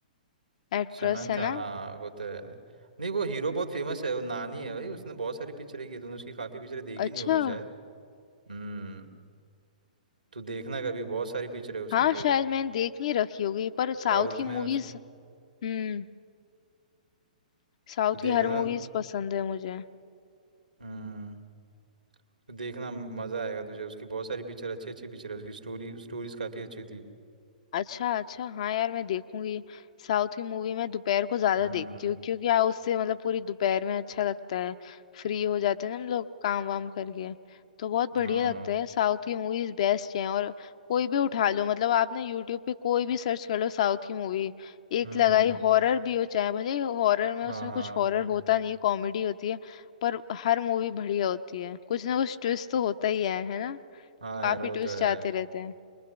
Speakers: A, on the left; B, on the right.
A: एक्ट्रेस
B: शमंथा
A: है ना
B: हाँ वो तो है नहीं वो हीरो बहुत फेमस है वो नानी है भाई उसने बहुत सारी पिक्चरें की तूने उसकी काफ़ी पिक्चरें देखी
A: अच्छा
B: नहीं होगी शायद हम्म तू देखना कभी बहुत सारी पिक्चरें उसकी
A: हाँ शायद मैंने देख नहीं रखी होगी पर साउथ
B: साउथ
A: की मूवीज
B: में उसकी
A: हम्म साउथ
B: तू देखना
A: की हर मूवीज पसंद है मुझे
B: हम्म तू देखना मज़ा आएगा तुझे उसकी बहुत सारी पिक्चर अच्छी अच्छी पिक्चर है उसकी स्टोरी स्टोरीज काफ़ी अच्छी थी
A: अच्छा अच्छा हाँ यार मैं देखूंगी साउथ की मूवी मैं दोपहर को ज्यादा
B: हम्म
A: देखती हूँ क्योंकि यार उससे मतलब पूरी दोपहर में अच्छा लगता है फ्री हो जाते हैं ना हम लोग काम वाम करके तो बहुत बढ़िया
B: हाँ
A: लगता है साउथ की मूवीज बेस्ट हैं और कोई भी उठा लो मतलब आपने यूट्यूब पे कोई भी सर्च कर लो साउथ की मूवी एक
B: हम्म
A: लगाई हॉरर भी हो चाहे भले हॉरर में उसमें
B: हाँ हाँ
A: कुछ हॉरर होता नहीं है कॉमेडी होती है पर हर मूवी बढ़िया होती है कुछ ना कुछ ट्विस्ट तो होता ही है है ना
B: हाँ
A: काफी
B: यार वो
A: ट्विस्ट
B: तो है
A: आते रहते हैं